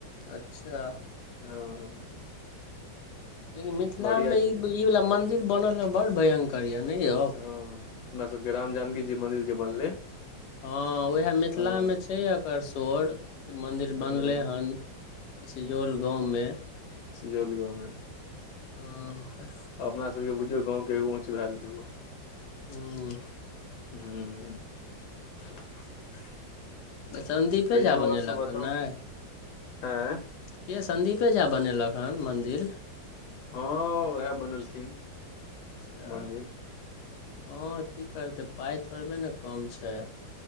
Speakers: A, on the left (about 70°); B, on the left (about 85°).
A: अच्छा
B: ह
A: लेकिन मिथिला
B: बढ़िया
A: मे ई
B: छलै
A: ई वाला मंदिर बनल ह बड़ भयङंकर यऽ न यौ
B: हँ अपना सबके राम जानकी जी मन्दिर जे बनलै
A: हँ उएह मिथिलामे
B: हँ
A: छै एकर शोर कि मन्दिर बनलै
B: हँ
A: हन सिजौल गाँवमे
B: सिजौल गाँवमे
A: हां
B: अपना सबके बुझियौ गाँवके एगो ऊँच भेल एगो
A: हू
B: हू
A: संदीपे
B: कहियौ
A: झा बनेलक
B: आओर सब बताउ
A: हन ने
B: आँय
A: के सन्दीपे झा बनेलक हन मन्दिर
B: हँ उएह बनेलखिन
A: अच्छा
B: मंदिर
A: हँ की करतै पाइ थोड़बे न कम छै